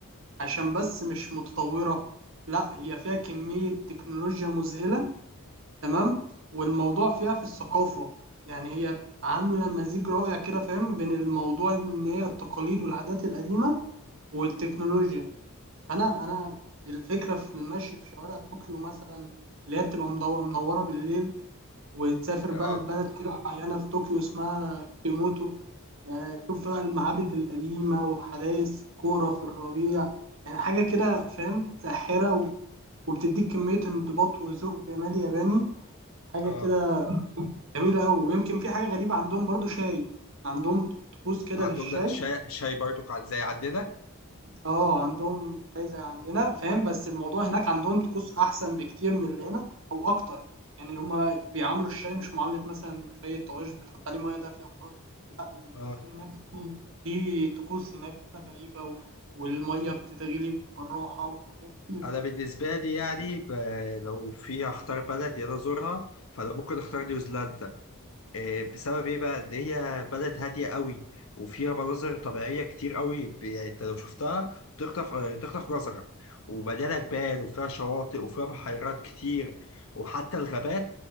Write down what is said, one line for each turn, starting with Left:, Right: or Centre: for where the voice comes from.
Right: عشان بس مش متطوره لا هي فيها كميه تكنولوجيا مذهله تمام والموضوع فيها في الثقافه يعني هي عامله مزيج رائع كده فاهم بين الموضوع ان هي التقاليد والعادات القديمه والتكنولوجيا فانا انا الفكره في المشي في شوارع طوكيو مثلا اللي هي بتبقى مضو- منوره بالليل وتسافر
Left: آه
Right: بقى لبلد كده معينة في طوكيو اسمها كيموتو ده تشوف بقى المعابد القديمة وحدائق الساكورا في الربيع يعني حاجة كده فاهم ساحرة و- وبتديك كمية انضباط وذوق جمالي ياباني حاجة
Left: آه
Right: كده جميلة أوي ويمكن في حاجة غريبة عندهم برضو شاي عندهم طقوس كده
Left: عندهم
Right: للشاي
Left: ده الشاي الشاي برضو عن- زي عندنا؟
Right: اه عندهم زي زي عندنا فاهم بس الموضوع هناك عندهم طقوس احسن بكتير من اللي هنا او اكتر يعني هما بيعاملوا الشاي مش معلب مثلا شاي طواجن بتحط عليه ميه دافيه وخلاص لا
Left: آه
Right: الشاي هناك ليه ليه طقوس هناك كده غريبه و... والميه بتتغلي بالراحه وحاجات كتير
Left: أنا
Right: كده
Left: بالنسبة لي يعني ب- لو في هختار بلد يلا أزورها فأنا ممكن أختار نيوزيلندا، آه بسبب إيه بقى؟ إن هي بلد هادية قوي وفيها مناظر طبيعية كتير قوي ب- يعني أنت لو شفتها بتخطف آه، تخطف نظرك ومليانة جبال وفيها شواطئ وفيها بحيرات كتير وحتى الغابات